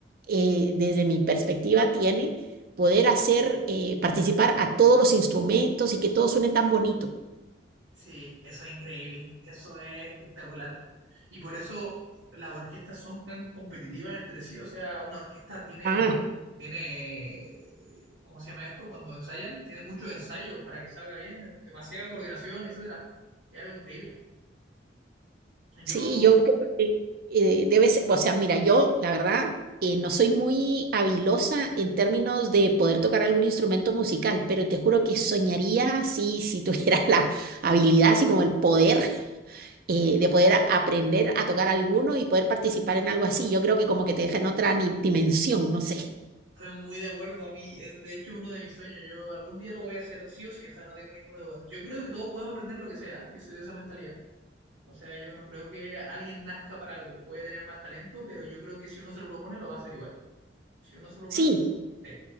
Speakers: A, on the right; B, on the right.
A: eh, desde mi perspectiva tiene poder hacer eh, participar a todos los instrumentos y que todo suene tan bonito.
B: Sí, eso es increíble, eso es espectacular. Y por eso las orquestas son tan competitivas entre sí. O sea, una orquesta tiene,
A: Ah,
B: tiene, eh, ¿cómo se llama esto? Cuando ensayan, tiene muchos ensayos para que salga bien, eh, demasiada coordinación, etcétera. Es algo increíble. Yo
A: Sí, yo creo que eh, debe ser, o sea, mira, yo la verdad eh, no soy muy habilosa en términos de poder tocar algún instrumento musical, pero te juro que soñaría así si tuviera <laughs> la habilidad, así como el poder eh, de poder a- aprender a tocar alguno y poder participar en algo así. Yo creo que como que te deja en otra ni- dimensión, no sé.
B: Estoy muy de acuerdo, a mí es de hecho uno de mis sueños. Yo algún día lo voy a hacer sí o sí, o sea, no tengo ninguna duda. Yo creo que todos podemos aprender lo que sea, ¿eh? yo soy de esa mentalidad. O sea, yo no creo que alguien nazca para algo, puede tener más talento, pero yo creo que si uno se lo propone, lo va a hacer igual. Si uno se lo propone,
A: Sí,
B: sí,